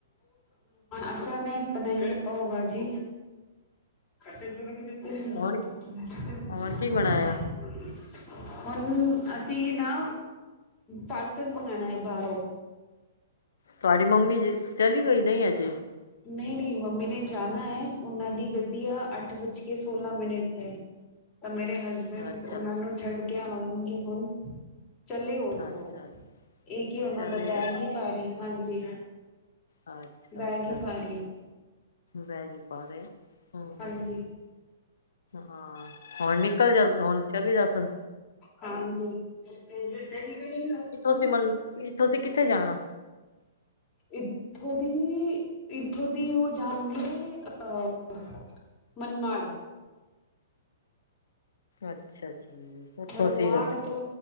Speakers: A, on the left (about 30°); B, on the left (about 70°).
A: ਅਸਾਂ ਨੇ ਬਣਾਈ ਪਾਓ ਬਾਜੀ ਖਰਚੇ <unintelligible>
B: ਹੁਣ ਹੁਣ ਕੀ ਬਣਾਇਆ
A: ਹੁਣ ਅਸੀਂ ਨਾ ਪਾਰਸਲ ਮੰਗਵਾਉਣਾ ਹੈ ਬਾਹਰੋਂ
B: ਤੁਹਾਡੀ ਮੰਮੀ ਜੀ ਚਲੀ ਗਈ ਨਹੀਂ ਅਜੇ
A: ਨਹੀਂ ਨਹੀਂ ਮੰਮੀ ਨੇ ਜਾਣਾ ਹੈ ਉਹਨਾਂ ਦੀ ਗੱਡੀ ਆ ਅੱਠ ਵੱਜ ਕੇ ਸੋਲਾਂ ਮਿੰਟ ਤੇ ਤਾਂ ਮੇਰੇ ਹਸਬੈਂਡ
B: ਅੱਛਾ
A: ਉਹਨਾਂ
B: ਅੱਛਾ
A: ਨੂੰ ਛੱਡ ਕੇ ਆਊਗੀ ਨਾ ਚੱਲੇ ਉਹ
B: ਅੱਛਾ
A: ਇਹ ਕੀ ਉਹਨਾਂ
B: ਚਲੇ
A: ਦਾ ਬੈਗ ਹੀ ਭਾਰੀ ਹਾਂਜੀ
B: ਅੱਛਾ-
A: ਬੈਗ
B: ਅੱਛਾ।
A: ਹੀ ਭਾਰੀ ਹੈ
B: ਵੈਜੀ ਪਾ ਦੇ ਹੂੰ
A: ਹਾਂਜੀ
B: ਹਾਂ ਹੁਣ ਨਿਕਲ ਜਾਣ ਹੁਣ ਚਲੀ ਜਾਸਣ
A: ਹਾਂਜੀ <unintelligible>
B: ਤੁਸੀ ਮਨ ਤੁਸੀ ਕਿਥੇ ਜਾਣਾ।
A: ਇਥੋ ਦੀ ਇਥੋ ਦੀ ਉਹ ਜਾਣਗੇ ਅਹ ਮਾਨਮਾੜ
B: ਅਛਾ ਜੀ ਉੱਥੋਂ
A: ਮਨਮਾੜ
B: ਸੀ ਉੱਥ
A: ਤੋ